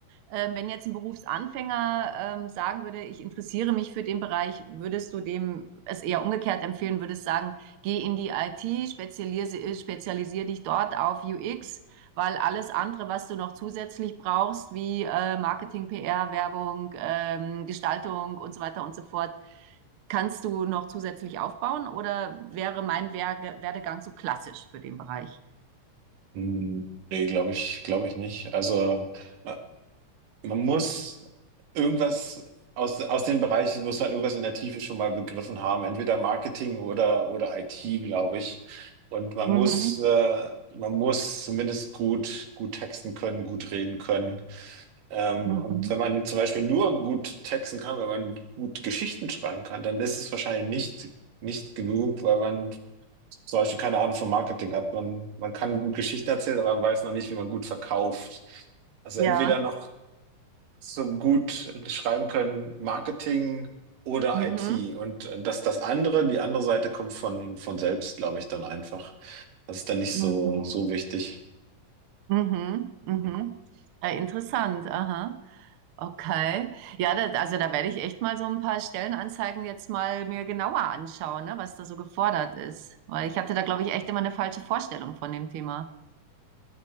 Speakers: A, on the right; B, on the right.
A: Ähm, wenn jetzt ein Berufsanfänger ähm, sagen würde, ich interessiere mich für den Bereich, würdest du dem es eher umgekehrt empfehlen, würdest sagen, geh in die IT, spezialisiere, spezialisiere dich dort auf UX, weil alles andere, was du noch zusätzlich brauchst, wie äh, Marketing, PR, Werbung, ähm, Gestaltung und so weiter und so fort, Kannst du noch zusätzlich aufbauen oder wäre mein Werge Werdegang so klassisch für den Bereich?
B: Hm, Nee, glaube ich, glaube ich nicht. Also. äh, Man muss irgendwas aus, aus den Bereichen, muss man irgendwas in der Tiefe schon mal begriffen haben, entweder Marketing oder, oder IT, glaube ich. Und man
A: Mhm.
B: muss, äh, man muss zumindest gut, gut texten können, gut reden können. Ähm,
A: Mhm.
B: und wenn man zum Beispiel nur gut texten kann, wenn man gut Geschichten schreiben kann, dann ist es wahrscheinlich nicht, nicht genug, weil man zum Beispiel keine Ahnung vom Marketing hat. Man, man kann gut Geschichten erzählen, aber man weiß noch nicht, wie man gut verkauft. Also
A: Ja.
B: entweder noch so gut schreiben können, Marketing oder
A: Mhm.
B: IT. Und äh, das, das andere, die andere Seite kommt von, von selbst, glaube ich, dann einfach. Das ist dann nicht
A: Mhm.
B: so, so wichtig.
A: Mhm. Mhm.
B: Hm.
A: Äh, interessant. Aha. Okay. Ja, da, also da werde ich echt mal so ein paar Stellenanzeigen jetzt mal mir genauer anschauen, ne, was da so gefordert ist. Weil ich hatte da, glaube ich, echt immer eine falsche Vorstellung von dem Thema.